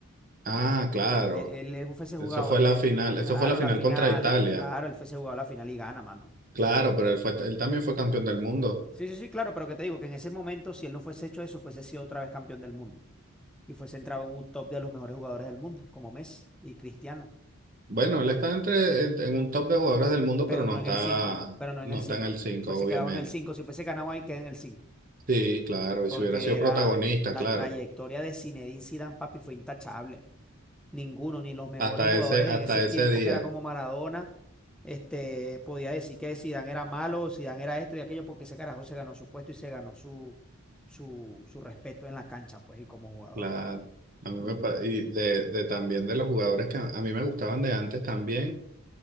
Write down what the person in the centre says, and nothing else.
Él, él, él- él fuese jugado,
él-
eh,
claro,
la final,
claro, él fuese jugado la final y gana, mano.
Sí, sí, sí, claro, pero que te digo que en ese momento, si él no fuese hecho eso, fuese sido otra vez campeón del mundo. Y fuese entrado en un top de los mejores jugadores del mundo, como Messi y Cristiano.
Pero
no
en el cinco pero no en
el
5.
Fuese
quedado en el 5 si fuese ganado ahí, queda en el 5.
porque
era
la
trayectoria de Zinedine Zidane, papi, fue intachable. Ninguno, ni los mejores
jugadores
en ese
tiempo
que era como Maradona, este, podía decir que Zidane era malo o Zidane era esto y aquello, porque ese carajo se ganó su puesto y se ganó su, su, su respeto en la cancha, pues, y como jugador.
Ujú.